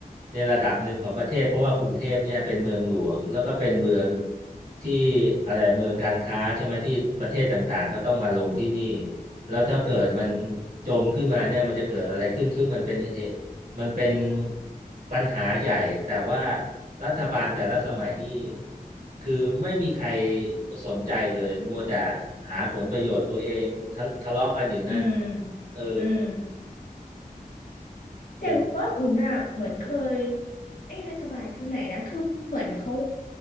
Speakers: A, on the right (about 65°); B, on the left (about 65°).
A: ในระดับหนึ่งของประเทศเพราะว่ากรุงเทพเนี่ยเป็นเมืองหลวงแล้วก็เป็นเมืองที่อะไรเมืองการค้าใช่ไหมที่ประเทศต่างๆก็ต้องมาลงที่นี่แล้วถ้าเกิดมันจมขึ้นมาเนี่ยมันจะเกิดอะไรขึ้นซึ่งมันเป็นเหตุ มันเป็นปัญหาใหญ่แต่ว่ารัฐบาลแต่ละสมัยนี่คือไม่มีใครสนใจเลยมัวแต่หาผลประโยชน์ตัวเองทะทะเลาะกันอยู่นั่น
B: อืม
A: เออ
B: อืม แต่ว่าอุ่นอ่ะเหมือนเคย
A: จน
B: เอ๊ะรัฐบาลชุดไหนนะคือเหมือนเขา